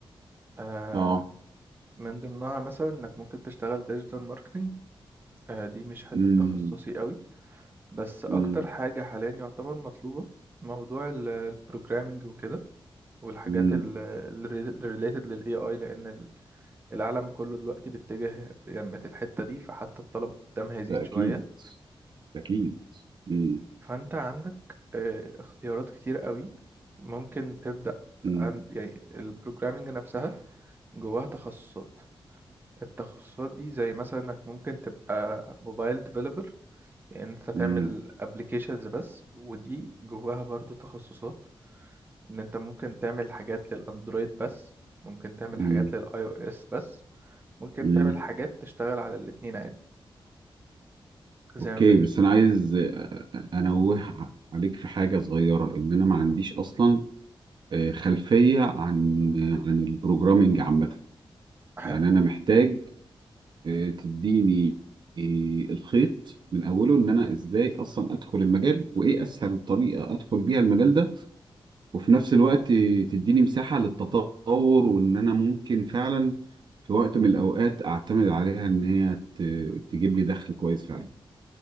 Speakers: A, on the right (about 20°); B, on the right (about 55°).
A: أه
B: اه
A: من ضمنها مثلا انك ممكن تشتغل ديجيتال ماركتنج أه دي مش حتة
B: امم
A: تخصصي قوي بس اكتر
B: امم
A: حاجة حاليا يعتبر مطلوبة موضوع البروجرامينج وكده والحاجات
B: امم
A: الريليتد للاي اي لان ال- العالم كله دلوقتي بيتجه يمت الحتة دي فحتى الطلب قدامها هيزيد
B: ده
A: شوية
B: اكيد اكيد امم
A: فانت عندك آه، اختيارات كتير قوي ممكن تبدأ
B: امم
A: عند يعني البروجرامينج نفسها جواها تخصصات التخصصات دي زي مثلا انك ممكن تبقى موبايل ديفلوبر يعني انت تعمل
B: امم
A: ابلكيشنز بس ودي جواها برضو تخصصات ان انت ممكن تعمل حاجات للاندرويد بس ممكن تعمل
B: امم
A: حاجات للاي او اس بس ممكن
B: امم
A: تعمل حاجات تشتغل على الاتنين عادي زي
B: اوكي
A: ما بنشوف
B: بس انا عايز أ- انوه عليك في حاجه صغيره ان انا ما عنديش اصلا آه، خلفيه عن عن البروجرامينج عامه يعني
A: حلو
B: انا محتاج آه، تديني آه، الخيط من اوله ان انا ازاي اصلا ادخل المجال وايه اسهل طريقه ادخل بيها المجال ده وفي نفس الوقت تديني مساحة للتطور وإن أنا ممكن فعلا في وقت من الأوقات أعتمد عليها إن هي ت- تجيب لي دخل كويس فعلا